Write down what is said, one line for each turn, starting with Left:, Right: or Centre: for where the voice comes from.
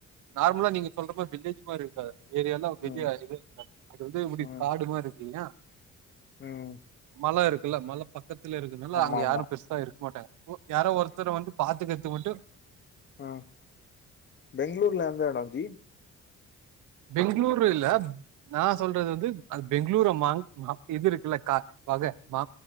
Right: நார்மலா நீங்க சொல்ற மாரி வில்லேஜ் மாரி காது ஏரியனா வெளிய
Left: ம்
Right: இ இருக்க அது வந்து இப்டி
Left: ம்
Right: காடுமாரிருக்குங்க
Left: ம்
Right: மல இருக்குல்ல மல பக்கத்துல இருக்கதுனால
Left: ஆமா
Right: அங்க
Left: ஆமா
Right: யாரு பெருசா இருக் மாட்டாங்க யாரோ ஒருத்தரு வந்து பாத்துகர்து மட்டு
Left: ஆ பெங்ளூர்ல எந்த எடோ ஜி
Right: பெங்ளூரு இல்ல நா சொல்றது வந்து அத் பெங்களூர மார் இது இருக்குல்ல கா பக மா